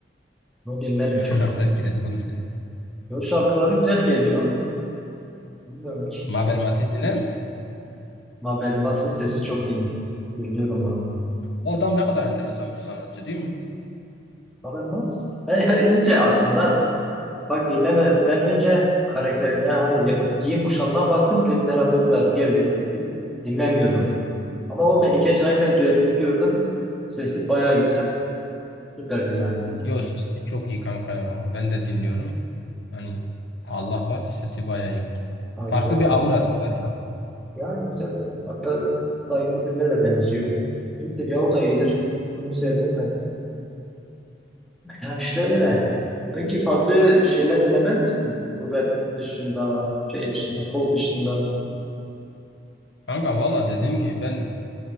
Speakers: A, in the centre; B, on the left.
A: Onu dinlerim
B: <laughs>
A: çok.
B: Nasıl etkiledi oğlum seni?
A: Yo, şarkıları güzel geliyor. Bilmiyorum ki.
B: Mabel Matiz dinler misin?
A: Mabel Matiz'in sesi çok iyi. Dinliyorum onu.
B: O adam ne kadar enteresan bir sanatçı değil mi?
A: Mabel Matiz. Hey, hey, önce aslında bak dinlemeden önce karakterine hani ya- giyim kuşamına baktım dedim herhalde bu da diğerleri gibi dinlemiyordum. Ama o Melike Şahin'le düetini gördüm. Sesi baya güzel. Süperdi yani.
B: Yo sesi çok iyi kanka ya. Ben de dinliyorum. Hani Allah var sesi bayağı iyi.
A: Ha,
B: Farklı
A: güzel.
B: bir aurası var ya.
A: Yani güzel. Hatta saygılı birine de benziyor. İyidir ya o da iyidir. Bunu sevdim ben. Ya işte öyle. Peki farklı şeyler dinlemez misin? Bu rap dışında, şey dışında, pop dışında.
B: Kanka valla dediğim gibi ben